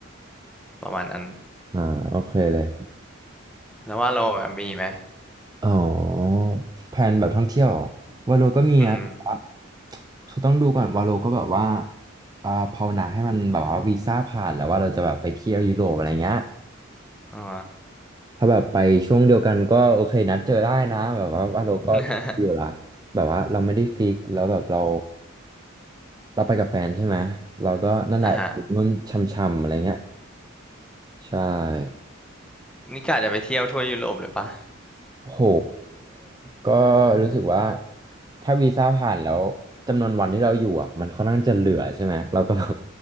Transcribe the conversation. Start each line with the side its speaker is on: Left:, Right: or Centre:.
Centre: ประมาณนั้น
Right: อ่าโอเคเลย
Centre: แล้วว่าเราแบบมีไหม
Right: อ๋อแผนแบบท่องเที่ยวเหรอวาโลก็มีนะแต่ว่า
Centre: อืม
Right: คือต้องดูก่อนวาโลก็แบบว่าอ่าภาวนาให้มันแบบว่าวีซ่าผ่านแล้วว่าเราจะแบบไปเที่ยวยุโรปอะไรเงี้ย
Centre: อ๋อ
Right: ถ้าแบบไปช่วงเดียวกันก็โอเคนัดเจอได้นะแบบว่าวาโลก็ชิลอยู่ละแบบว่าเราไม่ได้ฟิกแล้วแบบเรา
Centre: <laughs>
Right: เราไปกับแฟนใช่ไหมเราก็นั่นแหละอยู่นู่นช่ำๆอะไรเงี้ย
Centre: อ่ะฮะ
Right: ใช่
Centre: นี่กะจะไปเที่ยวทั่วยุโรปเลยปะ
Right: โห ก็รู้สึกว่าถ้าวีซ่าผ่านแล้วจำนวนวันที่เราอยู่อ่ะมันค่อนข้างจะเหลือใช่ไหมเราก็แบบ